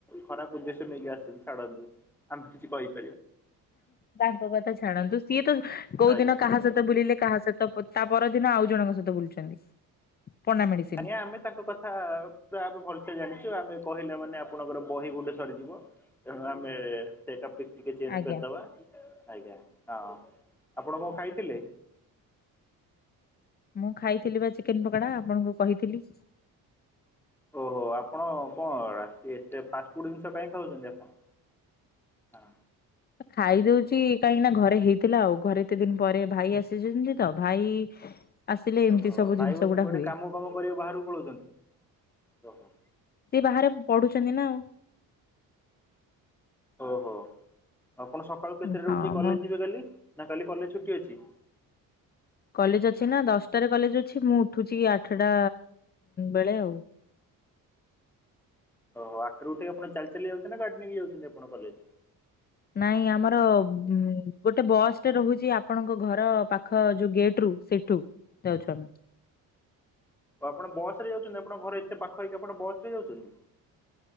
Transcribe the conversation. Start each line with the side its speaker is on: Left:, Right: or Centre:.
Centre: ଖରାପ ଉଦ୍ଦେଶ୍ୟ ନେଇକି ଆସିଚନ୍ ଛାଡ଼ନ୍ତୁ। ଆମେ କିଛି କହି
Left: ତାଙ୍କ କଥା ଛାଡନ୍ତୁ। ସିଏ ତ କୋଉ
Centre: ଆଜ୍ଞା
Left: ଦିନ
Centre: ଆଜ୍ଞା।
Left: କାହା ସହିତ ବୁଲିଲେ, କାହା ସହିତ ତା ପରଦିନ ଆଉ ଜଣଙ୍କ ସହିତ ବୁଲୁଛନ୍ତି। ପଣ୍ଡା ମେଡିସିନ।
Centre: ଆଜ୍ଞା, ଆମେ ତାଙ୍କ କଥା ପୁରା ଆବେ ଭଲସେ ଜାଣିଛୁ ଚୁ ଆମେ କହିଲା ମାନେ, ଆପଣଙ୍କର ବହି ଗୋଟେ ସରିଯିବ। ତେଣୁ ଆମେ ସେଇ ଟପିକ୍ ଟିକେ ଚେଞ୍ଜ
Left: ଆଜ୍ଞା
Centre: କରିଦବା। ଆଜ୍ଞା, ହଁ, ଆପଣ କଣ ଖାଇଥିଲେ?
Left: ମୁଁ ଖାଇଥିଲି ବା ଚିକେନ ପକୋଡା ଆପଣଙ୍କୁ କହିଥିଲି।
Centre: ଓହୋ! ଆପଣ କଣ ରାତି ଏତେ ଫାଷ୍ଟଫୁଡ୍ ଜିନିଷ କାଇଁ ଖାଉଛନ୍ତି ଆପଣ? ହଁ।
Left: ଖାଇ ଦଉଛି କାହିଁକି ନା? ଘରେ ହେଇଥିଲା, ଆଉ ଘରେ ଏତେ ଦିନ ପରେ ଭାଇ ଆସିଛିନ୍ତି ତ। ଭାଇ ଆସିଲେ ଏମିତି
Centre: ଓହୋ!
Left: ସବୁ
Centre: ଭାଇ
Left: ଜିନିଷ
Centre: ବୋଧେ
Left: ଗୁଡା
Centre: କୋଠି
Left: ହୁଏ।
Centre: କାମ କାମ କରିଆକୁ ବାହାରକୁ ପଳଉଛନ୍ତି? ଓହୋ!
Left: ସିଏ ବାହାରେ ପଢୁଛନ୍ତି ନା ଆଉ?
Centre: ଓହୋ, ଆପଣ ସକାଳୁ କେତେଟାରୁ
Left: ହଁ
Centre: ଉଠିକି କଲେଜ
Left: ମୋ
Centre: ଯିବେ କାଲି? ନା କାଲି କଲେଜ ଛୁଟି ଅଛି?
Left: କଲେଜ ଅଛି ନା, ଦଶଟାରେ କଲେଜ ଅଛି, ମୁଁ ଉଠୁଛି ଆଠଟା ବେଳେ ଆଉ। <inaudible>
Centre: ଓହୋ ଆଠଟା ରୁ ଉଠିକି, ଆପଣ ଚାଲି ଚାଲି ଯାଉଛନ୍ତି ନା? ଗାଡି ନେଇକି ଯାଉଛନ୍ତି ଆପଣ କଲେଜ
Left: ନାଇଁ ଆମର ଗୋଟେ ବସ୍ ଟେ ରହୁଛି, ଆପଣଙ୍କ ଘର ପାଖ ଯୋଉ ଗେଟ୍ ରୁ ସେଠୁ ଯାଉଛୁ ଆମେ
Centre: ଆପଣ ବସ ରେ ଯାଉଛନ୍ତି ଆପଣଙ୍କ ଘରେ ଏତେ ପାଖହେଇକି ଆପଣ ବସ ରେ ଯାଉଛନ୍ତି?